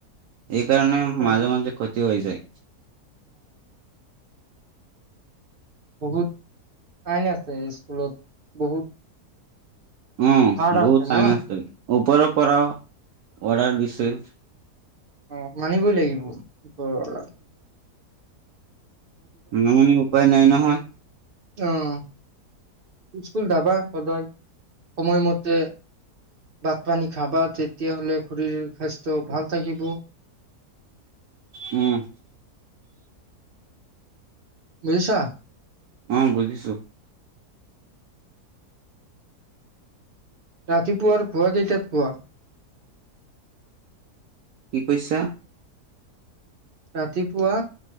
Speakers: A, on the right; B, on the right.
A: এইকাৰণে
B: অ
A: মাজে মাজে ক্ষতি হৈ যায়।
B: বহুত আইন আছে স্কুলত বহুত
A: উম,
B: ভাৰ
A: বহুত
B: আছে
A: চাইন
B: ন
A: আছে। ওপৰৰ পৰাও অৰ্ডাৰ দিছে।
B: অ', মানিবই লাগিব। পৰা
A: না মানে উপায় নাই নহয়।
B: অহ, ইস্কুল যাবা সদায়, সময়মতে ভাত পানী খাবা, তেতিয়া হ'লে শৰীৰ স্বাস্থ্য ভাল থাকিব।
A: উম।
B: বুজিছা?
A: অ', বুজিছো।
B: ৰাতিপুৱাৰ খোৱা কেইটাত খোৱা?
A: কি কৈছা?
B: ৰাতিপুৱা